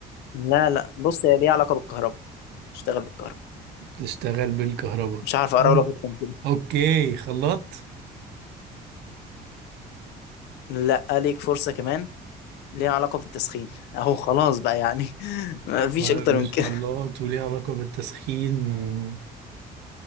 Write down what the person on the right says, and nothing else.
تشتغل بالكهرباء
مم.
اوكي خلاط
مم. آه،
مش
خلاط وليه علاقة بالتسخين و